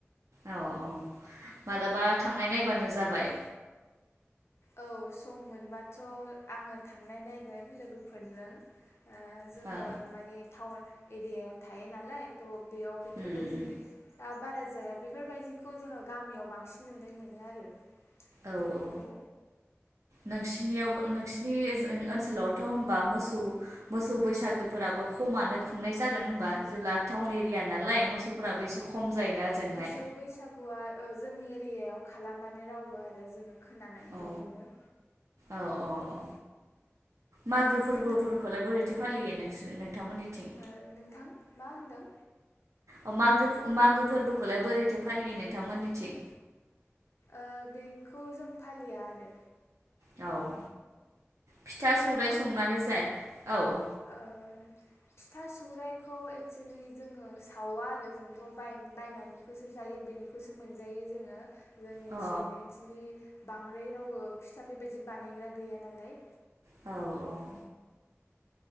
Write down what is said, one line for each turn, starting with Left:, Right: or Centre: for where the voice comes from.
Right: औ औ मालाबा थांनाय नायबानो जाबाय
Left: औ सम मोनबाथ' आङो थांनाय नायगोन लोगोफोरजों ओ जोङो
Right: ओ
Left: माने टाउन एरियायाव थायो नालाय त' बेयाव बेफोरबायजि
Right: उम उम
Left: आ बारा जाया बेफोरबायजिखौ जोङो गामियाव बांसिन नुनाय मोनो आरो
Right: औ
Left: नुनायखौ
Right: औ नोंसिनियावबो नोंसिरनि ओजों ओनसोलावथ' होमबा मोसौ मोसौ बैसागोफोराबो खमानो खुंनाय जागोन होनबा जेब्ला टाउन एरिया नालाय मोसौफोराबो एसे खम जायोना ओजोंहाय
Left: मोसौ बैसागुआ ओ जोंनि <unintelligible> खालामानो रावबो आरो जोङो खोनानायल'
Right: औ
Left: मोनो
Right: औ औ औ मागो फोरबोफोरखौलाय
Left: दा नो
Right: बोरैथो फालियो नोंसोर नोंथांमोननिथिं
Left: ओ नोंथां मा होनदों?
Right: अ मागोफ मागो फोरबोखौलाय बोरैथो फालियो नोंथांमोननिथिं
Left: ओ बेखौ जों फालिया आरो
Right: औ फिथा सौराइ
Left: नोंथां
Right: संनानै जाया औ औ
Left: ओ फिथा सौरायाइखौ एक्सुेलि जोङो सावा आरो जोंथ'बाय बायनानैखौसो जायो बेनिखौसो मोनजायो जोङो जोंनिथिं
Right: अ
Left: एक्सुलि बांद्राय रावबो फिथा बेबायदि बानायग्रा गैया नालाय
Right: औ औ